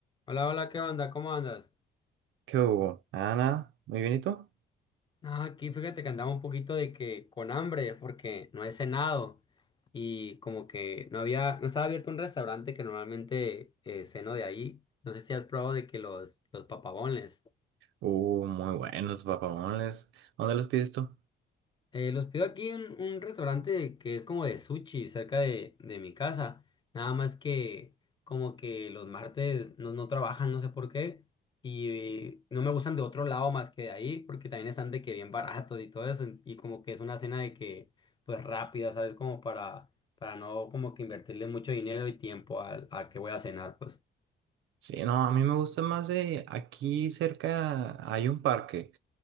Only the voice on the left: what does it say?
Hola, hola, ¿qué onda? ¿Cómo andas?
Ah, aquí fíjate que andaba un poquito de que con hambre porque no he cenado y como que no había, no estaba abierto un restaurante que normalmente eh, ceno de ahí. No sé si has probado de que los, los papabones.
Eh, los pido aquí en un restaurante que es como de sushi, cerca de, de mi casa. Nada más que como que los martes no, no trabajan, no sé por qué. Y no me gustan de otro lado más que de ahí, porque también están de que bien baratos y todo eso. Y como que es una cena de que, pues rápida, ¿sabes? Como para, para no como que invertirle mucho dinero y tiempo al- a, que voy a cenar, pues.